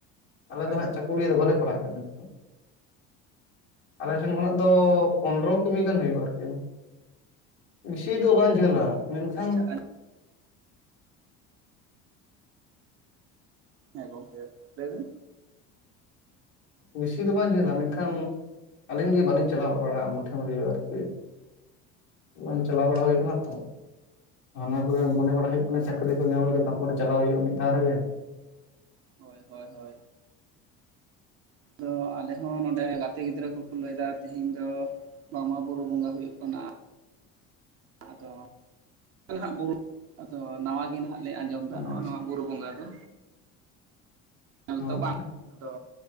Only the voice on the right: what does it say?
ᱟᱪᱪᱷᱟ
ᱟᱪᱪᱷᱟ
ᱟᱪᱪᱷᱟ ᱦᱮᱸ ᱜᱚᱝᱠᱮ ᱞᱟᱹᱭ ᱢᱮ
ᱟᱪᱪᱷᱟ
ᱟᱪᱪᱷᱟ
ᱦᱳᱭ ᱦᱳᱭ ᱦᱳᱭ ᱟᱫᱚ ᱟᱞᱮ ᱦᱚᱸ ᱱᱚᱰᱮ ᱜᱟᱛᱮ ᱜᱤᱫᱽᱨᱟᱹ ᱠᱚᱠᱚ ᱞᱟᱹᱭ ᱫᱟ ᱛᱤᱦᱤᱧ ᱫᱚ ᱵᱟᱝᱢᱟ ᱵᱩᱨᱩ ᱵᱚᱸᱜᱟ ᱦᱩᱭᱩᱜ ᱠᱟᱱᱟ ᱟᱫᱚ ᱱᱟᱦᱟᱜ <unintelligible> ᱟᱫᱚ ᱱᱟᱣᱟ ᱜᱮ ᱱᱟᱦᱟᱜ ᱞᱮ ᱟᱸᱡᱚᱢᱫᱟ
ᱱᱚᱜ-ᱚ ᱱᱚᱣᱟ ᱵᱩᱨᱩ ᱵᱚᱸᱜᱟ ᱫᱚ ᱧᱮᱞ ᱛᱚ
ᱵᱟᱝ ᱟᱫᱚ